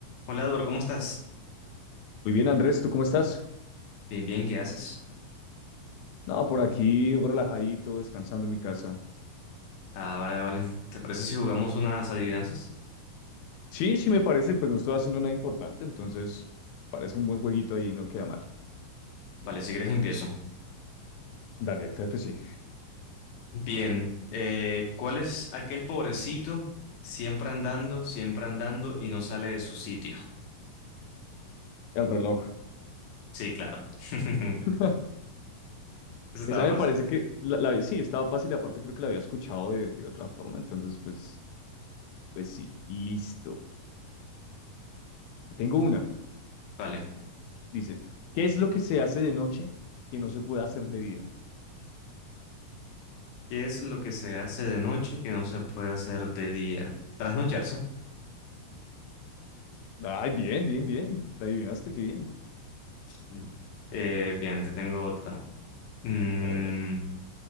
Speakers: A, on the left; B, on the left.
A: Hola, Eduardo, ¿cómo estás?
B: Muy bien, Andrés, ¿tú cómo estás?
A: Bien, bien, ¿qué haces?
B: No, por aquí relajadito, descansando en mi casa.
A: Ah, vale, vale. ¿Te parece si jugamos unas adivinanzas?
B: Sí, sí me parece, pues no estoy haciendo nada importante, entonces parece un buen jueguito ahí, no queda mal.
A: Vale, si quieres empiezo.
B: Dale, claro que sí.
A: Bien, eh, ¿cuál es aquel pobrecito siempre andando, siempre andando y no sale de su sitio?
B: El reloj.
A: Sí, claro. <laughs>
B: <laughs>
A: Eso estaba
B: Esa me
A: fácil.
B: parece que la, la- sí, estaba fácil, y aparte creo que la había escuchado de, de otra forma, entonces pues, pues sí, listo. Tengo una,
A: Vale.
B: dice, ¿qué es lo que se hace de noche que no se puede hacer de día?
A: ¿Qué es lo que se hace de noche que no se puede hacer de día? Trasnocharse.
B: Ay, bien, bien, bien, la adivinaste, qué bien.
A: Mm. Eh, bien, te tengo otra. Mm,
B: A ver, a ver.